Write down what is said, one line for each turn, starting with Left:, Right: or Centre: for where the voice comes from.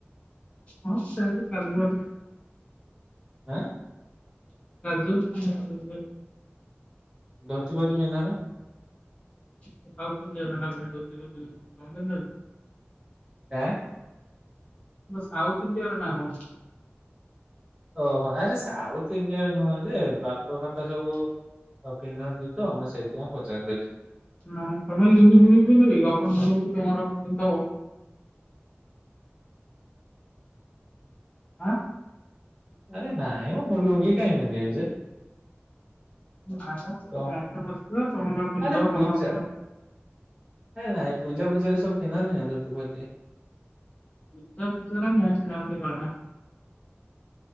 Left: ହଁ ସେନ୍ତି ନର୍ମାଲ।
Right: ଆଁ।
Left: <unintelligible>
Right: ଧୋତି ଫୋତି ପିନ୍ଧନି।
Left: ସାଉଥ୍ ଇଣ୍ଡିଆ <unintelligible>
Right: ଆଁ।
Left: ତମ ସାଉଥ୍ ଇଣ୍ଡିଆ ର ନାଁ କଣ?
Right: ଓହୋ ଆରେ ସାଉଥ ଇଣ୍ଡିଆରେ ନୁହଁ ଯେ ବାପା ଫାପା ସବୁ ପିନ୍ଧନ୍ତି। ତ ମୁଁ ସେଇଥିପାଇଁ ପଚାରିଦେଲି
Left: ନାଇଁ ତମେ ଲିଡି ଫିଡି କି ପିନ୍ଧିବି। ଅ କଣ ଭଲ କି ତମର କେନ୍ତା ହ। ଆଁ
Right: ଆରେ ନାଇଁ ମ ମୁଁ ଲୁଙ୍ଘି କାଇଁ ପିନ୍ଧିବି ଯେ।
Left: <unintelligible>
Right: ତ ଆରେ ପୂଜା ଆରେ ନାଇଁ ପୂଜା ଫୂଜା ରେ ସବୁ ପିନ୍ଧନ୍ତିି ଧୋତି ଫୋତି।
Left: <unintelligible>